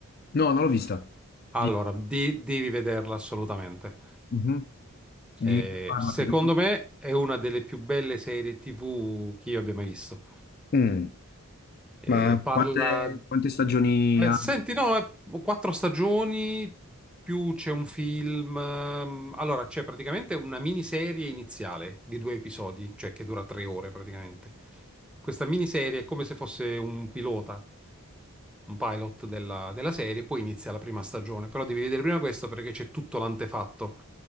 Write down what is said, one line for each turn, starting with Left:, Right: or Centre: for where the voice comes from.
Left: No, non l'ho vista.
Centre: Allora,
Left: Di...
Centre: de- devi vederla assolutamente.
Left: Mhm. Di
Centre: Eh,
Left: che parla
Centre: secondo
Left: più o meno?
Centre: me è una delle più belle serie TV che io abbia mai visto.
Left: Mm,
Centre: Eh,
Left: ma
Centre: parla...
Left: Quante, quante stagioni
Centre: eh,
Left: ha?
Centre: senti, no, eh, quattro stagioni, più c'è un film. ehm, Allora, c'è praticamente una miniserie iniziale di due episodi, cioè che dura tre ore praticamente. Questa miniserie è come se fosse un pilota un pilot della, della serie, poi inizia la prima stagione. Però devi vedere prima questo perché c'è tutto l'antefatto.